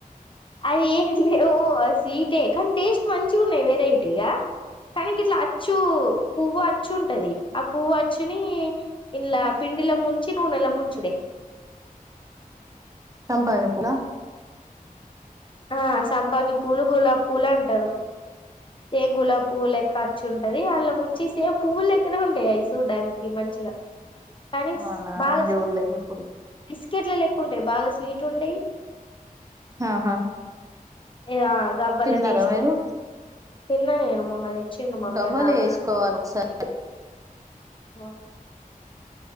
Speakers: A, on the left; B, on the right.
A: అయి ఏంలేవు స్వీటే కానీ టేస్ట్ మంచిగా ఉన్నయి వెరైటీగా కానీ గిట్లా అచ్చు పువ్వు అచ్చు ఉంటది, ఆ పువ్వు అచ్చుని ఇండ్లా పి ఇందిలా ముంచి నూనెల ముంచుడే.
B: సంపంగి పూడా.
A: ఆ సంపగి పూలు గులాబీ పూలు అంటారు సేమ్ గులాబ్ పువ్వు లెక్క అచ్చు ఉంటది అల్లా ముంచి సేమ్ పువ్వులు లేక్క ఉంటాయి అవి చూడ్డానికి మన్ ఉంచిన కానీసు
B: అవునా
A: బాగాసు
B: నేను చూడలేదు ఎప్పుడు
A: క్కెట్లా లెక్క ఉంటాయి బాగా స్వీట్ ఉండయి
B: ఆహా
A: ఏదా గవ్వల
B: తిన్నారా
A: టేస్ట్
B: మీరు
A: తిన్న నేను మొన్నా తెచ్చిండు మా
B: గవ్వలు
A: ఫ్రెండ్ హాజర్
B: వేసుకోవాలి ఒకసారి
A: ఆ